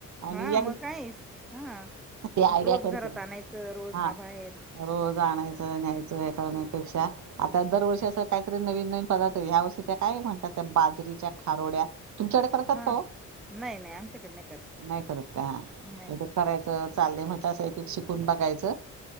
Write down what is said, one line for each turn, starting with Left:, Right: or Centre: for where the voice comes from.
Right: आणि
Centre: हा,
Right: या
Centre: मग काये हा,
Right: ते आयडिया
Centre: रोज
Right: करते
Centre: घरात आणायचं रोज
Right: हा
Centre: न्या बाहेर.
Right: रोज आणायचं, न्यायचं हे करण्यापेक्षा आता दरवर्षी असं काहीतरी नवीन नवीन पदार्थ आहे. या वर्षी त्या काय म्हणतात त्या बाजरीच्या खारोड्या, तुमच्याकडे करतात
Centre: हा
Right: का हो?
Centre: नाही नाही आमच्याकडे नाही करत
Right: नाही करत का?
Centre: नाही
Right: तर
Centre: नाही
Right: ते करायचं चालले म्हटलं, असं एक-एक शिकून बघायचं.